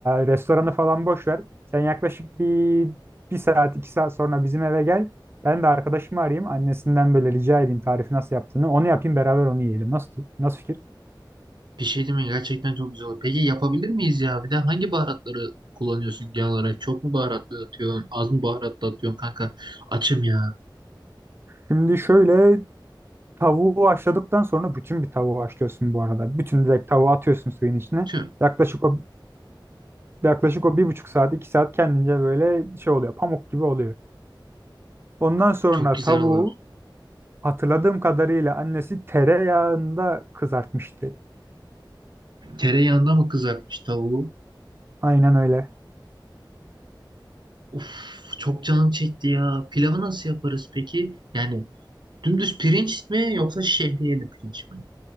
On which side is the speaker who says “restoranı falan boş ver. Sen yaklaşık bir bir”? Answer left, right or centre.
Right